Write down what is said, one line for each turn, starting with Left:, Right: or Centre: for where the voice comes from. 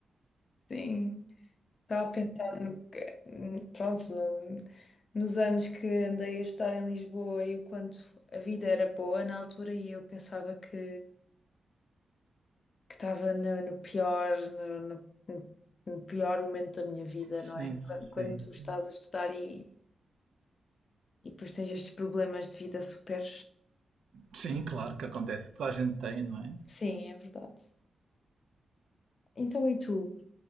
Left: Sim, estava a pensar no que. Pronto, no- nos anos que andei a estudar em Lisboa e o quanto a vida era boa na altura e eu pensava que que estava no, no pior, no, no- no- no pior momento da minha vida,
Right: Sim,
Left: não é?
Right: sim,
Left: Quando, quando tu
Right: sim.
Left: estás a estudar e, e depois tens estes problemas de vida super.
Right: Sim, claro que acontece, que só a gente tem, não é?
Left: Sim, é verdade. Então, e tu?